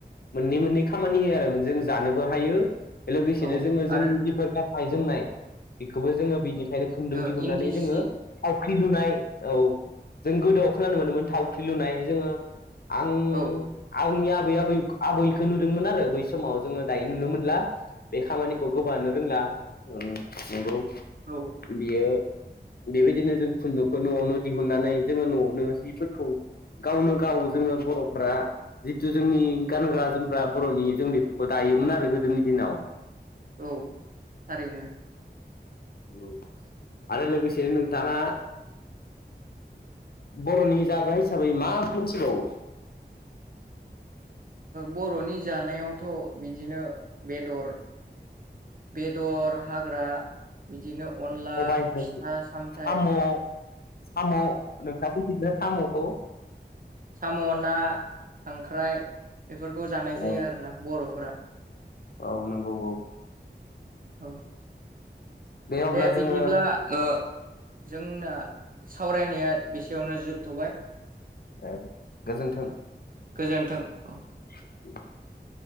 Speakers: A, on the left; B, on the right.
A: मोननै मोननै खामानि होयो आरो जों जानोबो हायो लोगोसेनो
B: औ
A: जोंङो जोंनि
B: आरो
A: जिफोर ग गनाय जोमनाय बेखौबो जोङो बिदि बे खुन्दुं
B: ओ
A: दिहुननानै
B: इन्दि
A: जोङो
B: सि
A: थावख्रि लुनाय औ जों गोदोआव खोनानो मोनोमोन थावख्रि लुनाय जोङो आं
B: औ
A: आंनिया आबै आब आबैखौ नुदोंमोन आरो बै समाव जोङो दायो नुनो मोनला बे खामानिखौ गोबानो रोंला नंगौ
B: औ
A: बियो बेबायदिनो जों खुन्दुंखौ न'आवनो दिहुननानै जोङो न'आवनो हिफोरखौ गावनो गाव जोङो बर'फ्रा जिथु जोंनि गानग्रा जोमग्रा बर'नि जों बेफोरखौ दायोमोन आरो गोदोनि दिनाव
B: औ थारैनो।
A: औ आरो लोगोसेनो नोंथाङा बर'नि जाबाय हिसाबै मा मिथिबावो?
B: बर'नि जानायावथ' बिदिनो बेदर बेदर हाग्रा बिदिनो अनला
A: सबायाइजों
B: फिथा सामथाइ
A: साम' साम' नोंसा बेदिनो साम'खौ
B: साम' ना खांख्राइ बेफोरखौ जानाय
A: औ
B: जायो आरोना बर'फोरा
A: औ औ नंगौ औ
B: औ
A: अब्ला
B: दे बिदिब्ला--ओ
A: जोङो
B: जोंना सावरायनाया बेसेयावनो जोबथ'बाय।
A: ए गोजोन्थों।
B: गोजोन्थों औ
A: <unintelligible>